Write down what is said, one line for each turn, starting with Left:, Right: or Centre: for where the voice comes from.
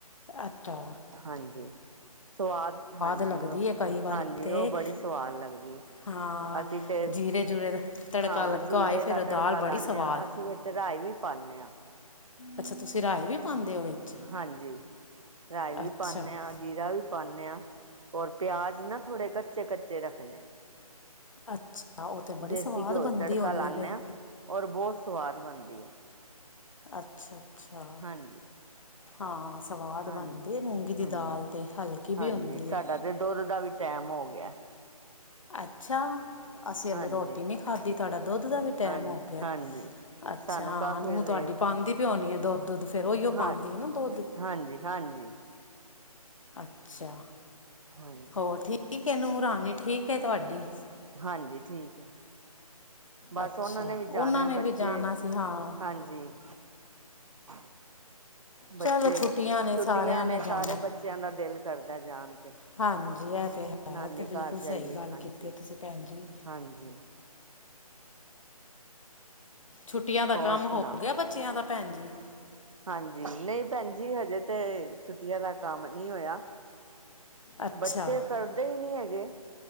Left: ਅੱਚਾ
Right: ਹਾਂਜੀ ਸਵਾਦ ਹਾਂਜੀ
Left: ਲੱਗਦੀ
Right: ਉਹ
Left: ਏ ਕਈ ਵਾਰੀ
Right: ਹਾਂਜੀ
Left: ਤੇ
Right: ਉਹ ਬੜੀ ਸਵਾਦ ਲੱਗਦੀ ਹੈ।
Left: ਹਾਂ
Right: ਅਸੀਂ ਤੇ
Left: ਜੀਰੇ ਜੂਰੇ ਦਾ ਤੜਕਾ
Right: ਹਾਂ
Left: ਲੱਗਾ
Right: ਜੀਰੇ
Left: ਹੋਏ
Right: ਦਾ
Left: ਫਿਰ ਦਾਲ
Right: ਤੜਕਾ ਲਾਦੇ
Left: ਬੜੀ ਸਵਾਦ
Right: ਹਾਂ ਅਸੀਂ ਵਿੱਚ ਰਾਈ ਵੀ ਪਾਨੇ ਹਾਂ।
Left: ਅੱਛਾ ਤੁਸੀਂ ਰਾਈ ਵੀ ਪਾਉਂਦੇ ਹੋ ਵਿੱਚ?
Right: ਹਾਂਜੀ ਰਾਈ ਵੀ
Left: ਅੱਛਾ
Right: ਪਾਨੇ ਹਾਂ ਜੀਰਾ ਵੀ ਪਾਨੇ ਹਾਂ ਔਰ ਪਿਆਜ ਨਾ ਥੋੜੇ ਕੱਚੇ-ਕੱਚੇ ਰੱਖਣੇ ਆ
Left: ਅੱਛਾ ਉਹ ਤੇ ਬੜੀ
Right: ਦੇਸੀ
Left: ਸਵਾਦ
Right: ਘਿਓ
Left: ਬਨਦੀ
Right: ਚ ਤੜਕਾ
Left: ਹੋਣੀ
Right: ਲਾਨੇ
Left: ਹੈ ਫਿਰ?
Right: ਹਾਂ ਔਰ ਬੋਹੋਤ ਸਵਾਦ ਬਣਦੀ ਹੈ।
Left: ਅੱਛਾ-ਅੱਛਾ
Right: ਹਾਂਜੀ
Left: ਹਾਂ ਸਵਾਦ
Right: ਹਾਂਜੀ
Left: ਬਣਦੀ ਹੈ ਮੂੰਗੀ ਦੀ
Right: ਹਾਂਜੀ
Left: ਦਾਲ ਤੇ ਹਲਕੀ ਵੀ
Right: ਹਾਂਜੀ
Left: ਹੁੰਦੀ
Right: ਸਾਡਾ
Left: ਹੈ।
Right: ਤੇ ਦੁੱਧ ਦਾ ਵੀ ਟੈਮ ਹੋ ਗਿਆ
Left: ਅੱਛਾ ਅਸੀਂ ਹਾਲੇ
Right: ਹਾਂਜੀ
Left: ਰੋਟੀ ਨਹੀਂ ਖਾਧੀ ਤੁਹਾਡਾ ਦੁੱਧ ਦਾ ਵੀ ਟਾਈਮ
Right: ਹਾਂਜੀ
Left: ਹੋ ਗਿਆ?
Right: ਹਾਂਜੀ
Left: ਅੱਛਾ
Right: ਸਾਨੂੰ ਕਾਫੀ
Left: ਨੂੰਹ ਤੁਹਾਡੀ
Right: ਦੇਰ
Left: ਪਾਂਦੀ ਪੇ ਹੋਣੀ ਆ ਦੁੱਧ ਫਿਰ ਉਹੀਓ
Right: ਹਾਂ
Left: ਪਾਉਂਦੀ ਹੈ ਨਾ ਦੁੱਧ
Right: ਹਾਂਜੀ-ਹਾਂਜੀ
Left: ਅੱਛਾ
Right: ਹਾਂਜੀ
Left: ਹੋਰ ਠੀਕ ਹੈ ਨੂੰਹ ਰਾਣੀ ਠੀਕ ਹੈ ਤੁਹਾਡੀ?
Right: ਹਾਂਜੀ ਠੀਕ ਹੈ। ਬਸ
Left: ਅੱਛਾ
Right: ਉਹਨਾਂ ਨੇ ਵੀ
Left: ਉਹਨਾਂ
Right: ਜਾਣਾ ਹੈ
Left: ਨੇ
Right: ਬੱਚੇ,
Left: ਵੀ ਜਾਣਾ ਸੀ ਹਾਂ
Right: ਹਾਂਜੀ <inaudible> ਬੱਚੇ
Left: ਚਲੋ ਛੁੱਟੀਆਂ ਨੇ
Right: ਛੁੱਟੀਆਂ
Left: ਸਾਰਿਆਂ
Right: ਨੇ
Left: ਜਾਣਾ
Right: ਸਾਰੇ ਬੱਚਿਆਂ ਦਾ ਦਿਲ ਕਰਦਾ ਹੈ ਜਾਣ ਤੇ।
Left: ਹਾਂਜੀ ਇਹ ਤਾਂ ਹੈ
Right: ਨਾਨੀ
Left: ਅਤੇ
Right: ਘਰ
Left: ਬਿਲਕੁਲ ਸਹੀ
Right: ਜਾਈਏ
Left: ਗੱਲ
Right: ਹਾਂਜੀ
Left: ਕੀਤੀ ਤੁਸੀਂ ਭੈਣ ਜੀ
Right: ਹਾਂਜੀ
Left: ਛੁੱਟੀਆਂ ਦਾ
Right: ਹੋਰ
Left: ਕੰਮ
Right: ਸੁਣਾ
Left: ਹੋ ਗਿਆ ਬੱਚਿਆਂ ਦਾ ਭੈਣ ਜੀ
Right: ਹਾਂਜੀ ਨਹੀਂ ਭੈਣ ਜੀ ਹਜੇ ਤੇ ਛੁੱਟੀਆਂ ਦਾ ਕੰਮ ਨਹੀਂ ਹੋਇਆ
Left: ਅੱਛਾ
Right: ਬੱਚੇ ਕਰਦੇ ਹੀ ਨਹੀਂ ਹੈਗੇ।